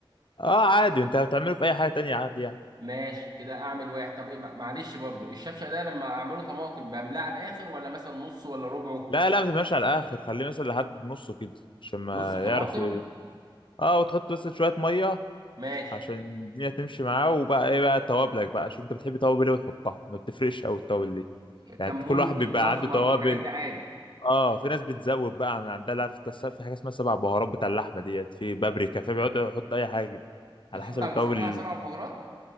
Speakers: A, on the left; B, on the right.
A: اه عادي انت هتعمله في اي حاجه تانية عادي يعني
B: ماشي كده اعمل واحد طب ايه مع- معلش برضو الشفشه ده لما اعمله طماطم بملاه على الاخر ولا مثلا نص ولا ربعه
A: لا لا ما تبقاش على الاخر خليه مثلا لحد نصه كده عشان ما
B: نص طماطم
A: يعرف ايه اه وتحط بس شويه ميه
B: ماشي
A: عشان الدنيا تمشي معاه وبقى ايه بقى توابلك بقى شوف انت بتحب توابل ايه وتحطها ما بتفرقش قوي التوابل دي يعني
B: كمون
A: انت كل واحد
B: وفلفل
A: بيبقى
B: اسمر
A: عنده توابل
B: والحاجات دي عادي
A: اه في ناس بتزود بقى من عندها اللي عارف انت الس- في حاجه اسمها سبع بهارات بتاع اللحمه ديت في بابريكا في بيقعدوا يحطوا اي حاجه
B: بتحط
A: على حسب
B: على
A: التوابل
B: المسقعه سبع بهارات